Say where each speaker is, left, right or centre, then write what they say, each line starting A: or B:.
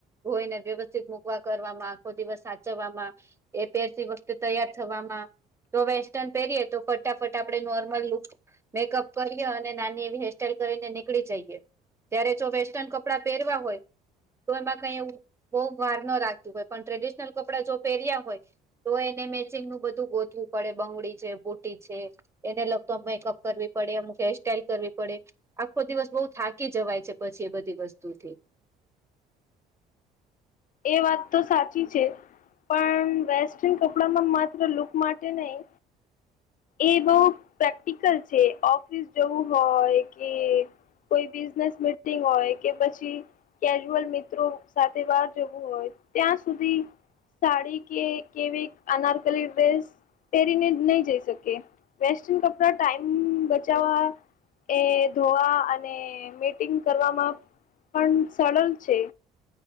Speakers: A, on the right (about 15°); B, on the left (about 50°).
A: ધોયેને વ્યવસ્થિત મૂકવા કરવામાં આખો દિવસ સાચવવામાં. એ પહેરતી વખતે તૈયાર થવામાં તો વેસ ટન પહેરીએ તો ફટાફટ આપડણે નોર્મલ લુક. મેકઅપ કરીએ અને નાની એવી હેરસ્ટાઈઇલ કરીને નીકળી જઈએ. ત્યારે જો વેસ્ટર્ન કપડાં પહેરવા હોય. તો એમાં કઈ એવું બહુ વાર ન રાખતું હોય પણ ટ્રેડિશનલ કપડા જો પહેર્યા હોય તો એને મેચિંગ નું બધું ગોતવું પડે. બંગડી છે બુટી છે એને લગતો એમ મેકઅપ કરવી પડે અમુક હેરસ્ટાઈલ કરવી પડે આખો દિવસ બહુ થાકી જવાય છે પછી એ બધી વસ્તુથી.
B: એ વાત તો સાચી છે. પણ વેસ્ટર્ન કપડામાં માત્ર લુક માટે નહી. એ બહુ પ્રેક્ટિકલ છે ઓફિસ જવું હોય કે કોઈ બિઝનેસ મિટિંગ હોય કે પછી કેજ્યુઅલ મિત્રો સાથે વાત જવું હોય ત્યાં સુધી સાડી કે કેવી અનારકલી ડ્રેસ પહેરીને નહી જઈ શકે વેસ્ટર્ન કપડા ટાઈમ બચાવવા એ ધોવા અને મટિંગ કરવામાં પણ સરલ છે